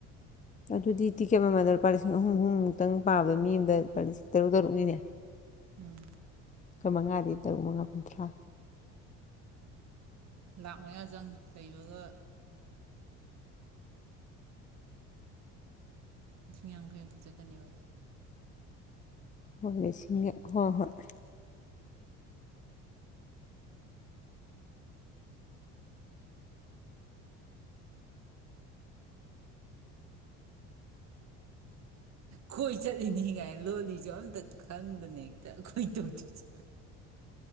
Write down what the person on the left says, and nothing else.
ꯑꯗꯨꯗꯤ ꯇꯤꯀꯦꯠ ꯑꯃꯃꯗ ꯂꯨꯄꯥ ꯂꯤꯁꯤꯡ ꯑꯍꯨꯝ ꯑꯍꯨꯝꯃꯨꯛꯇꯪ ꯄꯥꯕꯗ ꯃꯤ ꯑꯃꯗ ꯂꯨꯄꯥ ꯂꯤꯁꯤꯡ ꯇꯔꯨꯛ ꯇꯔꯨꯛꯅꯤꯅꯦ
ꯀ ꯃꯉꯥꯗꯤ ꯇꯔꯨꯛ ꯃꯉꯥ ꯀꯨꯟꯊ꯭ꯔꯥ
ꯍꯣꯏꯁꯤꯡ ꯍꯣꯏ ꯍꯣꯏ